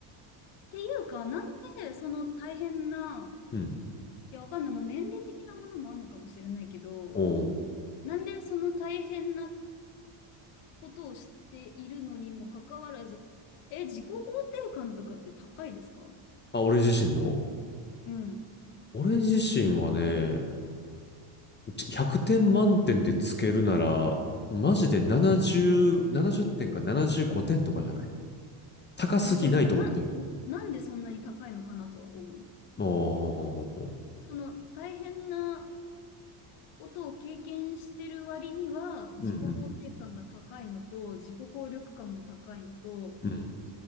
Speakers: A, on the left; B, on the left.
A: ていうか、なんでその大変な、
B: うん。
A: いや、わかんない。もう年齢的なものもあるのかもしれないけど、
B: おう
A: なんでその大変なことをしているのにもかかわらず、え、自己肯定感とかって高いですか
B: あ、俺自身の
A: うん。
B: 俺自身はね、100点満点でつけるなら、マジで70、70点か75点とかじゃない高すぎないと思ってる。
A: いや、そう、だからな、なんでそんなに高いのかなとは思う。
B: おー、
A: その大変なことを経験してる割には、自己肯定感が高いのと、
B: うんうん、
A: 自己効力感も高いのと、
B: うん、